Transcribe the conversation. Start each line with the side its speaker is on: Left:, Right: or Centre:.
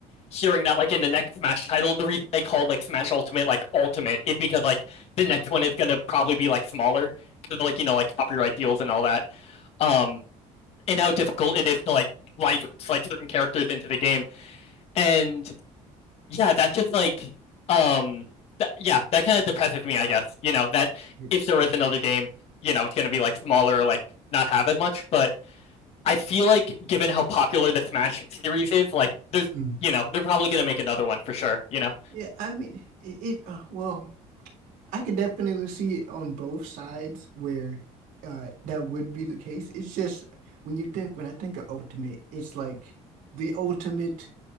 Left: hearing that like in the next Smash title, the reason they called like Smash Ultimate like Ultimate is because like the next one is gonna probably be like smaller because like you know like copyright deals and all that. Um, and how difficult it is to like license like certain characters into the game, and yeah, that just like um, that, yeah, that kind of depresses me, I guess. You know that
Right: yeah,
Left: if there is another game, you know it's gonna be like smaller, or, like not have as much, but. I feel like, given how popular the Smash series is, like there's,
Right: mm.
Left: you know, they're probably gonna make another one for sure, you know.
Right: Yeah, I mean it, it uh, well, I could definitely see it on both sides where uh that would be the case. It's just when you think when I think of ultimate, it's like the ultimate